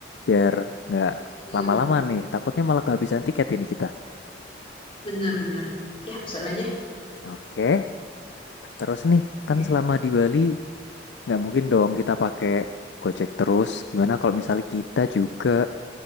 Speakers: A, on the left; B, on the left.
A: Biar nggak
B: Boleh,
A: lama-lama
B: boleh.
A: nih. Takutnya malah kehabisan tiket ini kita.
B: Bener-bener. Ya, pesan aja.
A: Oke. Terus nih
B: Eh,
A: kan selama di Bali nggak mungkin dong kita pakai Gojek terus. Gimana kalau misalnya kita juga